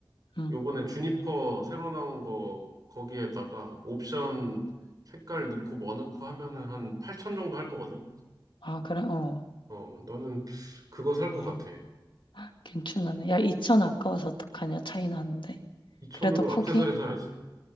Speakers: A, on the left (about 75°); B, on the right (about 50°).
A: 응.
B: 요번에 주니퍼 새로 나온 거 거기에다가 옵션 색깔 넣고 뭐 넣고 하면은 한 8천 정도 할 거거든.
A: 아, 그래? 어,
B: 어, 나는 그거 살 것
A: 어.
B: 같아.
A: 괜찮네. 야, 2천 아까워서 어떡하냐, 차이 나는데.
B: 2천으로
A: 그래도 포기?
B: 액세서리 사야지.